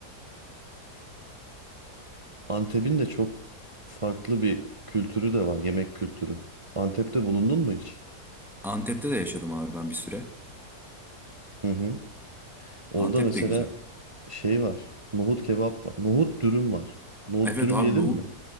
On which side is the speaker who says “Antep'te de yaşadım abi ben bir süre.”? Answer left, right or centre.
Centre